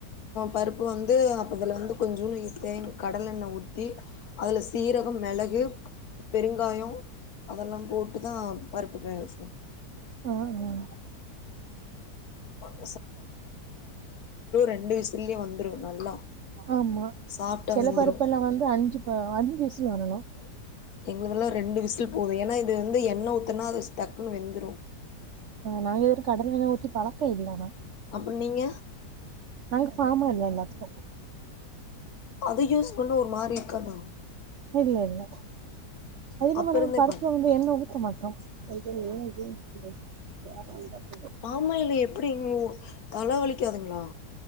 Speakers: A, on the left; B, on the right.
A: பருப்பு வந்து அப்பதுல வந்து கொஞ்ச தே கடலை எண்ணெய் ஊத்தி அதுல சீரகம் மிளகு பெருங்காயம் அதெல்லாம் போட்டுதான் பருப்பு வேக வேக வைப்போம்
B: ஆ ஆ
A: ஆ ரெண்டு விசில்லயே வந்துரு நல்லா
B: ஆமா
A: சாஃப்டா
B: சில
A: வெந்துரு
B: பருப்பெல்லாம் வந்து அஞ்சு அஞ்சு விசுலு வரணும்
A: எங்கதெல்லாம் ரெண்டு விசில் போதும் ஏன்னா இது வந்து எண்ண ஊத்தனா அது டக்குன்னு வெந்துடும்
B: ஆஹ் நாங்க <unintelligible> கடல எண்ண ஊத்தி பழக்கம் இல்ல ஆனா
A: அப்ப நீங்க
B: <unintelligible> எல்லாத்துக்கும்
A: அது யூஸ் பண்ண ஒரு மாதிரி இருக்காதா
B: இல்ல இல்ல அது இல்லாம
A: அப்ப
B: நாங்க
A: இருந்தே
B: பருப்புல
A: பா
B: வந்து என்ன ஊத்த மாட்டோம் <unintelligible>
A: பாமாயில் எப்படி <unintelligible> தலைவலிக்காதுங்களா